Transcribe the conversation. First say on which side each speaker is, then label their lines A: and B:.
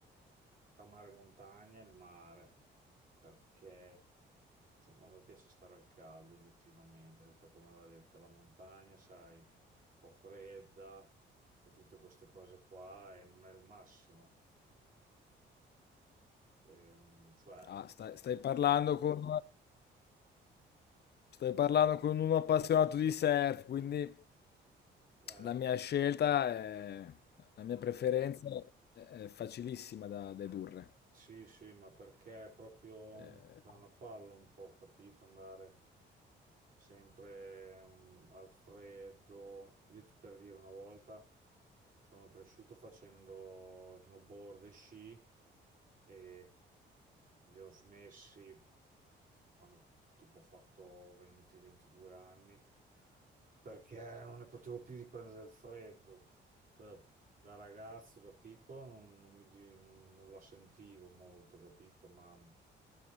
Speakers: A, on the right; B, on the left.
A: tra mare e montagna e il mare, perché insomma mi piace stare al caldo oggettivamente, detta come va detto, la montagna, sai, un po' fredda e tutte queste cose qua e non è il massimo. Ehm, cioè,
B: Ah, stai, stai parlando con, stai parlando con uno appassionato di surf, quindi
A: eh,
B: la mia scelta, è, la mia preferenza è, è facilissima da, da dedurre.
A: sì, sì, ma perché è proprio
B: Eh,
A: c'è una palla un po', capito? Andare sempre ehm, al freddo. Io ti per dire una volta sono cresciuto facendo snowboard e sci e li ho smessi quando tipo ho fatto 20-22 anni perché non ne potevo più di prendere il freddo. Cioè, da da ragazzo, da piccolo, non, non mi gi- non- non la sentivo molto, capito? Ma